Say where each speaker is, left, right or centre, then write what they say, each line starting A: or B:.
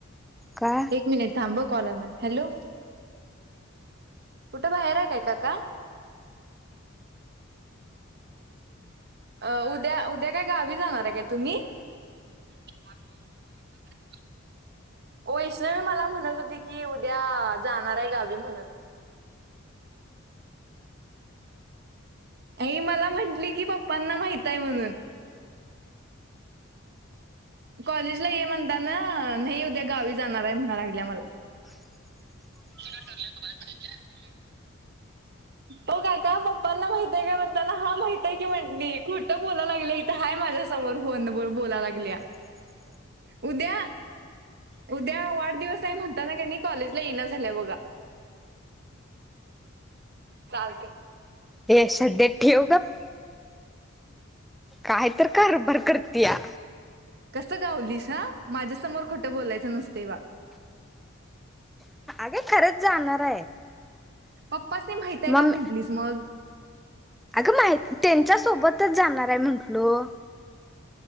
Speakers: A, in the centre; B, on the right (about 55°).
A: का?
B: एक मिनिट थांब अ कॉल आलाय. हॅलो कुठं बाहेर आहे काय काका? अ उद्या उद्या काय गावी जाणार आहे काय तुम्ही? बाकी <unintelligible> वैष्णवी मला म्हणत होती की उद्या जाणार आहे गावी म्हणून. आई मला म्हंटली की पप्पांना माहित आहे म्हणून. कॉलेजला ये म्हणताना नाही उद्या गावी जाणार आहे म्हणा लागल्या मला.
A: <inaudible>
B: <unintelligible> हो काका पप्पांना माहितय का म्हणताना हा माहितय की म्हणली खोठं बोलाय लागलं आहे माझ्या समोर फोन वर बोलाय लागल्या.
A: <inaudible>
B: उद्या उद्या वाढदिवस आहे म्हणताना का नाही कॉलेजला येईना झाल्या बघा. चालते.
A: ये श्रद्धे ठेव गप. काय तर कारभार करत्या.
B: कसं गावलीस ह माझ्यासमोर खोटं बोलायचं नसतय वा
A: अगं खरंच जाणार आहे.
B: पप्पासनी माहितेय
A: मग
B: का म्हंटलीस मगं.
A: अगं माहि तेच्या सोबतच जाणार आहे म्हटलो.